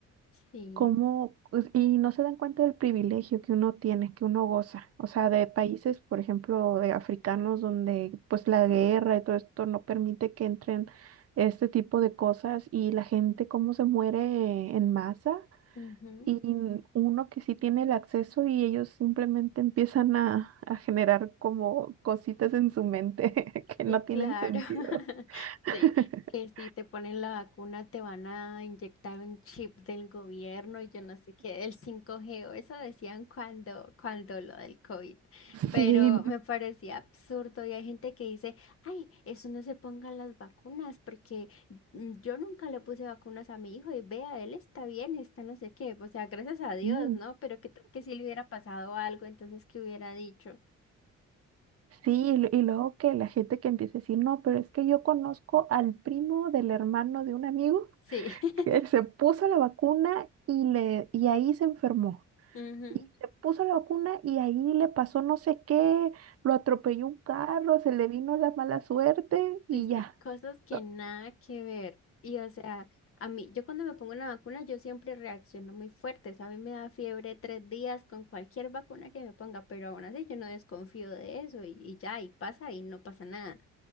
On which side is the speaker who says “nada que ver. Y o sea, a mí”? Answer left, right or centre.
Left